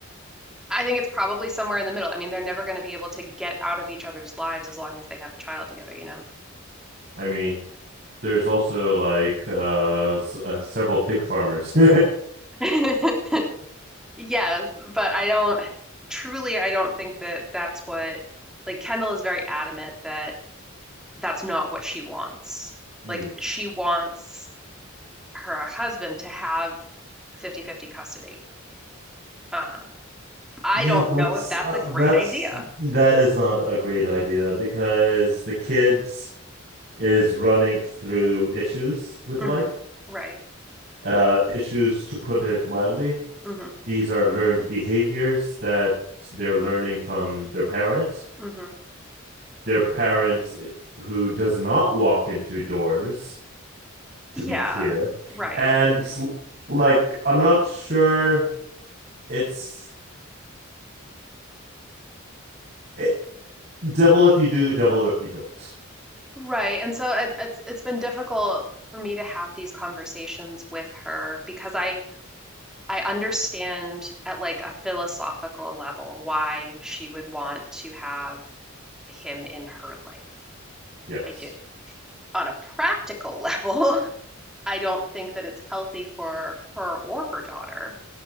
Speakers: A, in the centre; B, on the right.
A: I think it's probably somewhere in the middle. I mean, they're never going to be able to get out of each other's lives as long as they have a child together, you
B: i mean there's also like uh, s- uh several pig farmers. <laughs>
A: know? <laughs> Yes, but I don't truly, I don't think that that's what like Kendall is very adamant that that's not what she wants.
B: Hmm.
A: Like she wants her husband to have fifty-fifty custody. Um, I
B: Yeah,
A: don't
B: but
A: know if that's
B: uh,
A: a great
B: that's
A: idea.
B: that is not a great idea because the kids is running through issues with
A: hmm
B: life.
A: Right.
B: Uh issues to put it mildly.
A: hmm
B: These are learned behaviors that they're learning from their parents.
A: hmm
B: Their parents eh, who does not walk into doors to
A: Yeah.
B: be clear.
A: Right.
B: And like I'm not sure it's it, devil if you do, devil if you don't.
A: Right. And so it, it's it's been difficult for me to have these conversations with her because I I understand at like a philosophical level why she would want to have him in her life.
B: Yes.
A: I do. On a practical level, <laughs> I don't think that it's healthy for her or her daughter.